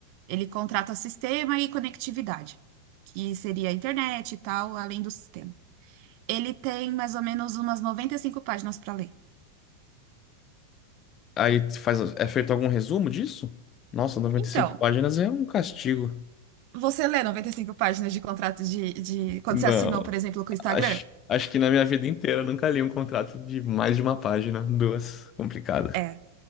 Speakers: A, on the right (about 45°); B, on the left (about 30°).
A: ele contrata sistema e conectividade, que seria a internet e tal, além do sistema. Ele tem mais ou menos umas 95 páginas para ler.
B: Aí faz, é feito algum resumo disso? Nossa, 95
A: Então,
B: páginas é um castigo.
A: você lê 95 páginas de contrato de, de- Quando
B: Não,
A: você assinou, por exemplo, com o Instagram?
B: acho, acho que na minha vida inteira eu nunca li um contrato de mais de uma página, duas, complicado.
A: É.